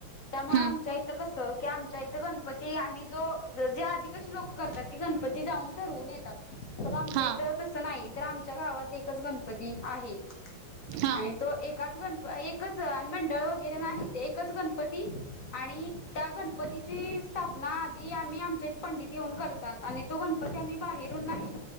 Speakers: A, on the left; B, on the right.
A: त्यामुळे
B: हम्म
A: आमच्या इ की आमच्या इथं गणपती आम्ही जो जे आधी कशी लोक करतात ते गणप पती जाऊन ठरवून येतात तर आमच्या
B: हा
A: इथं तसं नाही तर आमच्या गावात एकच गणपती आहे.
B: हा
A: आणि तो एकाच गणप एक एकच आणि मंडळ वगैरे नाही ते एकच गणपती आणि त्या गणपतीची स्थापना आधी आम्ही आमच्या इथं पंडित येऊन करतात आणि तो गणपती आम्ही बाहेरून नाही